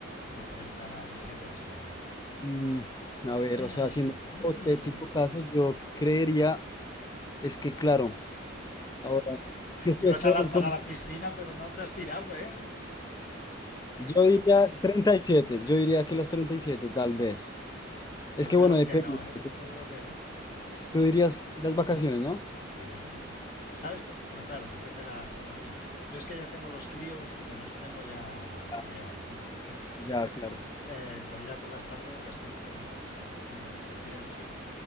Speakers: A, on the left (about 45°); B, on the left (about 20°).
A: eh, 37 horas y media?
B: Mm, a ver,
A: Mm,
B: o sea, siendo
A: mm.
B: hipotético caso, yo creería, es que claro, ahora, que sí,
A: Te ibas
B: es co-
A: a lanzar
B: co-
A: a la piscina, pero no te has tirado, ¿eh?
B: yo diría 37, yo diría que los 37, tal vez.
A: Yo
B: Es que
A: creo
B: bueno, depende.
A: que no, ¿eh?
B: Tú
A: Yo creo que no. O
B: tú
A: sea,
B: dirías las vacaciones, ¿no?
A: Sí, yo creo que es. ¿Sabes? P- Pero claro, depende de la situación. Yo es que ya tengo los críos que los tengo ya
B: Ah,
A: criados, ¿no? Entonces,
B: Ya, claro,
A: eh, entonces ya por las tardes las tengo como, entre comillas, o el día en sí,